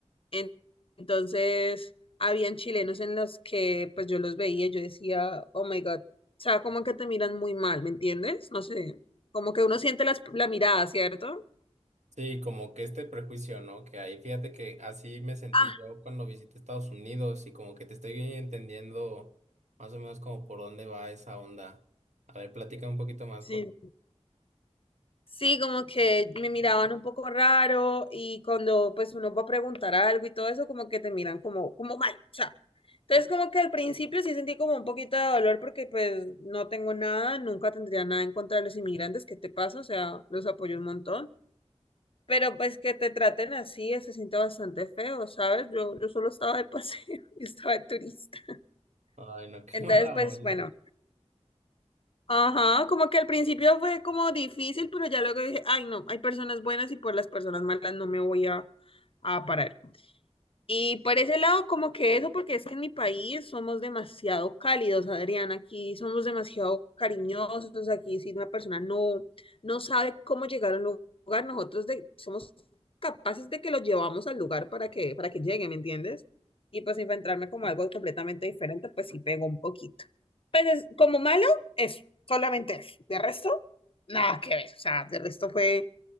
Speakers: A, on the left (about 50°); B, on the right (about 80°).
A: En- Entonces habían chilenos en los que pues yo los veía y yo decía, oh my God, o sea, como que te miran muy mal, ¿me entiendes? No sé, como que uno siente las- la mirada, ¿cierto?
B: Sí, como que este prejuicio, ¿no? Que ahí, fíjate que así me sentí
A: Ah,
B: yo cuando visité Estados Unidos y como que te estoy entendiendo más o menos como por dónde va esa onda. A ver, platica un poquito más
A: sí.
B: por...
A: Sí, como que me miraban un poco raro y cuando pues uno va a preguntar algo y todo eso, como que te miran como, como mal, o sea. Entonces como que al principio sí sentí como un poquito de dolor porque pues no tengo nada, nunca tendría nada en contra de los inmigrantes, ¿qué te pasa? O sea, los apoyo un montón. Pero pues que te traten así eh, se siente bastante feo, ¿sabes? Yo, yo solo estaba de paseo, <laughs> y estaba de turista.
B: Ay, no, <laughs> qué
A: Entonces
B: mala
A: pues
B: onda.
A: bueno, Ajá, como que al principio fue como difícil, pero ya luego dije, ay no, hay personas buenas y por las personas malas no me voy a, a parar. Y por ese lado, como que eso, porque es que en mi país somos demasiado cálidos, Adrián, aquí somos demasiado cariñosos, aquí si una persona no, no sabe cómo llegar a un lugar, nosotros de- somos capaces de que lo llevamos al lugar para que, para que llegue, ¿me entiendes? Y pues enfrentarme como algo completamente diferente, pues sí pegó un poquito. Pues es- como malo, eso, solamente eso. De resto, nada que ver, o sea, de resto fue